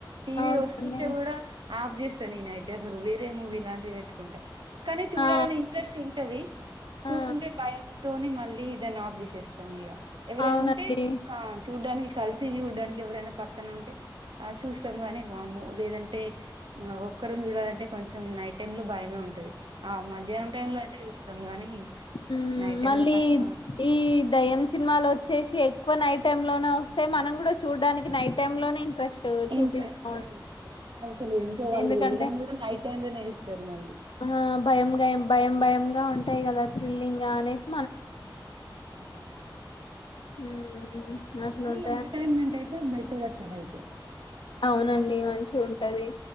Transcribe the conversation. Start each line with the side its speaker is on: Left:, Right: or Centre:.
Right: టీవీ
Left: అవునండి
Right: ఒస్తుంటే కూడా ఆఫ్ చేస్తా నేనైతే అస్సలు వేరే మూవీ లాంటివెట్టుకుంటే కానీ చూడాలని
Left: ఆ
Right: ఇంట్రెస్ట్ ఉంటది చూస్తుంటే
Left: ఆ
Right: భయంతోని మ ళ్ళీ దాన్ని ఆఫ్ జేసేస్తాం ఇగా ఎవరైనుంటే
Left: అవునండి
Right: కా చూడ్డాని కల్సి చూడ్డానికి ఎవరైనా పక్కనుంటే ఆ చూస్తాం గాని వామ్మో లేదంటే ఆ ఒక్కరం చూడాలంటే కొంచెం నైట్ టైమ్ లో భయమే ఉంటది ఆ మధ్యాహ్నం టైమ్ లో అంటే చూస్తాం గాని
Left: ఉ
Right: నైట్ టైమ్
Left: మళ్ళీ
Right: లో కష్టం
Left: ఈ దయ్యం సినిమాలోచ్చేసి ఎక్కువ నైట్ టైమ్ లోనే వస్తై మనం కూడా చూడ్డాన్కీ నైట్ టైమ్ లోనే ఇంట్రెస్ట్ చూపిస్తాం
Right: ఇంట్రెస్ట్ గా చూస్తాం అసలు ఏంటో వాళ్ళు
Left: ఎందుకంటే
Right: వేయడం కూడా నైట్ టైమ్ లోనే వేస్తారు మళ్ళీ
Left: ఆ భయం గాయం భయం భయం గా ఉంటాయి కదా థ్రిల్లింగ్ గా అనే సి
Right: హమ్ అని
Left: మ్మ్ అట్లుంటాయి
Right: కానీ ఎంటర్టైన్మెంట్ అయితే బెటర్ వస్తాది అయితే
Left: అవునండి మంచిగా ఉంటది